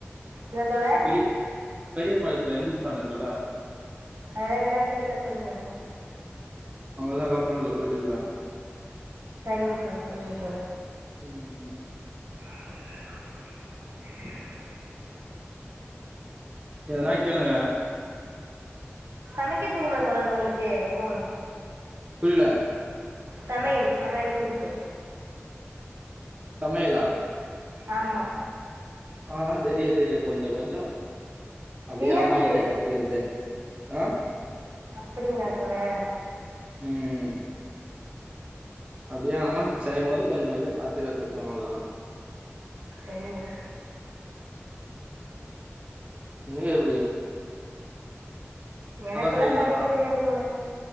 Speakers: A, on the right; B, on the right.
A: என்ன தோழர்
B: பெரிய பெரிய பாளையத்துல இந்துஸ்தான் இருக்குல்லா
A: அதுலாம் என்ன தெரில சொல்லு என எனக்கு
B: அங்கதா கம்பண்ல ப் போய்ட்டு இருக்கேன்
A: இனத்த சரினத்தல
B: ம் ம் ம்
A: இ <inaudible>
B: எதுனா கேளுங்க
A: கணக்கு தெரியுமா தோழர் உங்களுக்கு எதுவும்
B: புரில
A: சமையல் சமையல் குறிப்பு
B: சமையலா
A: ஆம்மா
B: ஆஹ் தெரியும் தெரியும் கொஞ்ச கொஞ்சம் அப்படிய
A: பிரியாணி
B: அம்மா கிட்ட கத்துக்கறது அஹ்
A: அப்படிங்கலா தோழர்
B: ம்ம்ம் அப்படியா அம்மாக் செய்யும்போது கொஞ்சம் கொஞ்சம் பாத்து கத்துப்பேன் அவ்வளவுதான்
A: செரிங்க
B: இனிமேல் எப்படி
A: எனக்கெல்லாம்
B: செய்வீங்களா
A: சமைக்க தெரியாது தோழர்